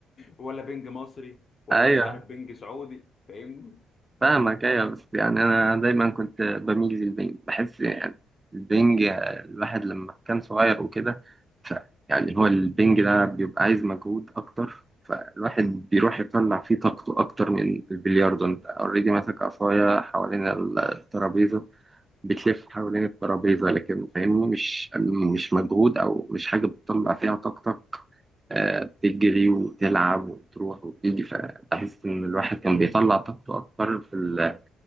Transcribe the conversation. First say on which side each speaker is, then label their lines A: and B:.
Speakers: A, on the left; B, on the right.
A: ولا بنج مصري ولا
B: أيوه
A: مش عارف بنج سعودي فاهمني
B: فاهمك ايوه بس يعني انا دايما كنت بميل للبنج بحس يعني البنج الواحد لما كان صغير وكده ف يعني هو البنج ده بيبقى عايز مجهود اكتر فالواحد بيروح يطلع فيه طاقته اكتر من البلياردو انت اوريدي ماسك عصايه حوالين الترابيزه بتلف حوالين الترابيزه لكن فاهمني مش مش مجهود او مش حاجه بتطلع فيها طاقتك آه، بتجري وتلعب وتروح وتيجي فبحس ان الواحد كان بيطلع طاقته اكتر في